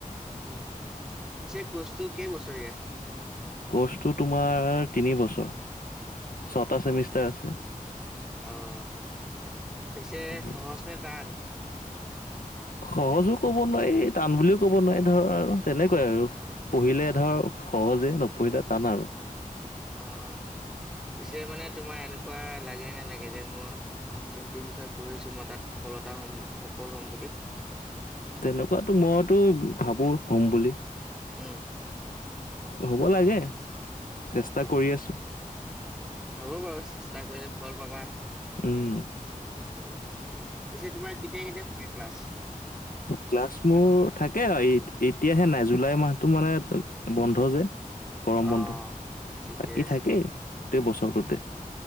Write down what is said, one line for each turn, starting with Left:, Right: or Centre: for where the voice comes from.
Centre: উম, পিছে কচটো কেইবছৰীয়া?
Left: কৰ্চটো তোমাৰ তিনি বছৰ,
Centre: উম
Left: ছটা ছেমিষ্টাৰ আছে।
Centre: অ' পিছে
Left: সেয়ে
Centre: সহজ নে টান?
Left: সহজো ক'ব নোৱাৰি টান বুলিও ক'ব নোৱাৰি ধৰ আৰু তেনেকুৱাই আৰু। পঢ়িলে ধৰ সহজে নপঢ়িলে টান আৰু।
Centre: অ' পিছে মানে তোমাৰ এনেকুৱা লাগে নে নালাগে যে মই যোনটো বিষয়ে পঢ়ি আছোঁ মই তাত সফলতা হ'ম সফল হ'ম বুলি।
Left: তেনেকুৱাতো মইতো ভাবোঁ হ'ম বুলি।
Centre: উম।
Left: হ'ব লাগে, চেষ্টা
Centre: অ
Left: কৰি আছোঁ।
Centre: হ'ব বাৰু চেষ্টা কৰিলে ফল পাবা।
Left: উম।
Centre: উম, পিছে তোমাৰ কেতিয়া কেতিয়া থাকে ক্লাছ?
Left: ক্লাছ মোৰ থাকে আৰু এত-এতিয়াহে নাই জুলাই মাহটো মানে বন্ধ যে। গৰম
Centre: অ
Left: বন্ধ,
Centre: ঠিকে
Left: বাকী
Centre: আছে
Left: থাকেই গোটেই বছৰটোতে।